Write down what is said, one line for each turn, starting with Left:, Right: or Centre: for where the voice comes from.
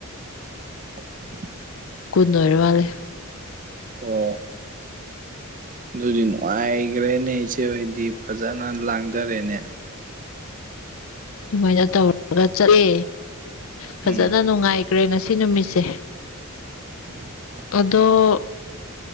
Right: <inaudible>
Left: ꯀꯨꯟꯗ ꯑꯣꯏꯔ ꯃꯥꯜꯂꯦ
Right: ꯑꯣ ꯑꯗꯨꯗꯤ ꯅꯨꯡꯉꯥꯏꯈ꯭ꯔꯦꯅꯦ ꯏꯆꯦ ꯍꯗꯤ ꯐꯖꯅ ꯂꯥꯡꯊꯔꯦꯅꯦ
Left: ꯑꯗꯨꯃꯥꯏꯅ ꯇꯧꯔꯒ ꯆꯠꯂꯦ ꯐꯖꯅ
Right: ꯎꯝ
Left: ꯅꯨꯡꯉꯥꯏꯈ꯭ꯔꯦ ꯉꯁꯤ ꯅꯨꯃꯤꯠꯁꯦ
Right: ꯎꯝ
Left: ꯑꯗꯣ